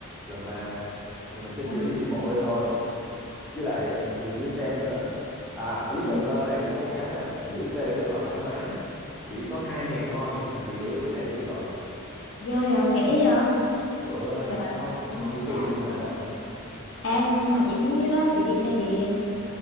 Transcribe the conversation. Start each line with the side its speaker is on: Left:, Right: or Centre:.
Centre: bla bla thì mình sẽ
Left: Và-
Centre: chỉ đi bộ ra thôi với lại mình được gửi xe nữa à ở dưới
Left: ừ,
Centre: Cần Thơ này có một cái là chị gửi xe rất là thoải mái chỉ có hai ngàn thôi là chị gửi được cái xe của chị rồi
Left: ghê vậy rẻ vậy
Centre: ừ,
Left: trời
Centre: nó không
Left: ơi
Centre: nó không như phố
Left: đã
Centre: đi bộ Nguyễn Huệ đâu
Left: ê nhưng mà chị xuống dưới đó chị đi xe gì em